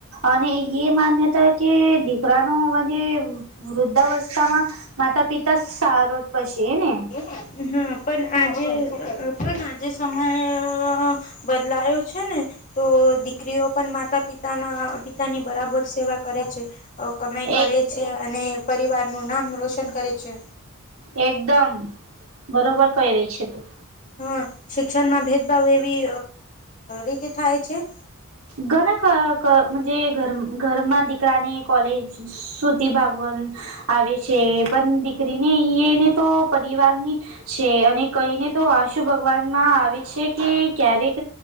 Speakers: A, on the right; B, on the left.
A: અને એ માન્યતા કે દીકરાનું અને વૃદ્ધાવસ્થામાં માતા પિતા સારો જ પસે હને
B: હા પણ આજે પણ આજે સમયે બદલાયો છે ને તો દીકરીઓ પણ મા માતા પિતાના પિતાની બરાબર સેવા કરે છે કમાઈ કરે
A: એક
B: છે અને પરિવાર નું નામ રોશન કરે છે
A: એકદમ બરોબર કઈ રહી છે તું
B: હા શિક્ષણમાં ભેદભાવ એવી રીતે થાય છે
A: ઘણાર ઘરમાં દીકરાને કોલેજ સુુતિ ભાગવન આવે છે પણ દીકરી ને એને તો પરિવારની છે અને કઈને તો આશુ ભગવાન માં આવે છે કે ક્યારેક